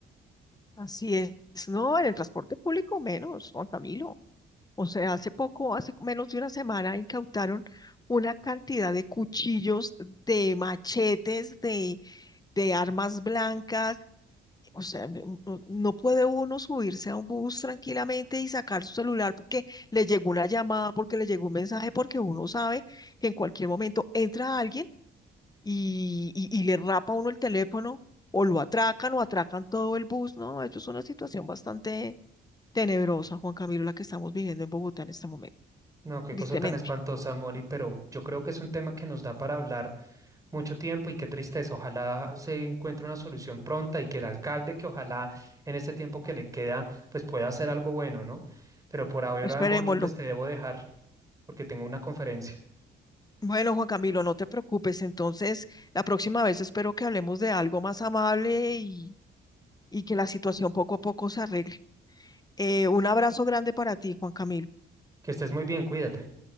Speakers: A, on the left; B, on the right.
A: Así es. No, en el transporte público menos, Juan Camilo. O sea, hace poco, hace menos de una semana, incautaron una cantidad de cuchillos, de machetes, de de armas blancas. O sea, no no no puede uno subirse a un bus tranquilamente y sacar su celular porque le llegó una llamada, porque le llegó un mensaje, porque uno sabe que en cualquier momento entra alguien y, y, y le rapa a uno el teléfono o lo atracan o atracan todo el bus, ¿no? Esto es una situación bastante tenebrosa, Juan Camilo, la que estamos viviendo en Bogotá en este momento,
B: No, qué
A: tristemente.
B: cosa tan espantosa, Moni, pero yo creo que es un tema que nos da para hablar mucho tiempo y qué tristeza. Ojalá se encuentre una solución pronta y que el alcalde, que ojalá en este tiempo que le queda, pues pueda hacer algo bueno, ¿no? Pero por ahora,
A: Esperémoslo.
B: Moni, pues te debo dejar porque tengo una conferencia.
A: Bueno, Juan Camilo, no te preocupes. Entonces, la próxima vez espero que hablemos de algo más amable y, y que la situación poco a poco se arregle. Eh, un abrazo grande para ti, Juan Camilo.
B: Que estés muy bien, cuídate.